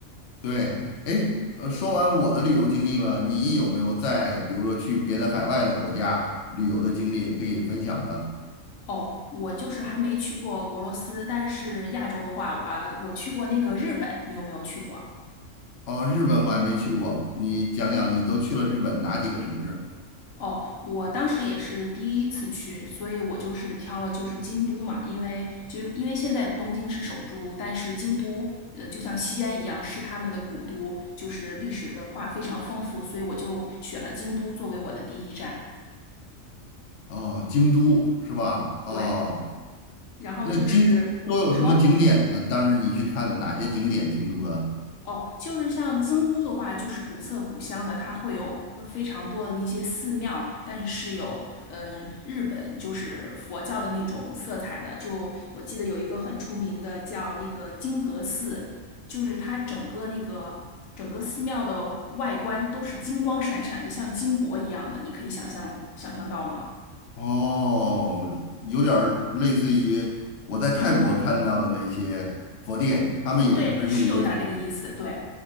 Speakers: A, on the left; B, on the left.
A: 对，哎，呃，说完我的旅游经历了，你有没有在比如说去别的海外的国家旅游的经历可以分享的？
B: 哦，我就是还没去过俄罗斯，但是亚洲的话，我啊我去过那个日本，你有没有去过？
A: 哦，日本我还没去过，你讲讲你都去了日本哪几个城市？
B: 哦，我当时也是第一次去，所以我就是挑了就是京都嘛，因为就因为现在东京是首都，但是京都呃就像西安一样是他们的古都，就是历史文化非常丰富，所以我就选了京都作为我的第一站。
A: 哦，京都是吧？哦。
B: 对，然后就是你说。
A: 那京都都有什么景点呢？当时你去看的哪些景点？京都的
B: 哦，就是像京都的话，就是古色古香的，它会有非常多的那些寺庙，但是是有嗯、呃日本就是佛教的那种色彩的。就我记得有一个很出名的叫那个金阁寺，就是它整个那个整个寺庙的外观都是金光闪闪的，像金箔一样的，你可以想象想象到吗？
A: 哦，有点儿类似于我在泰国看到的那些佛殿，他们也是用这种
B: 哎，对，是有点儿那个意思，对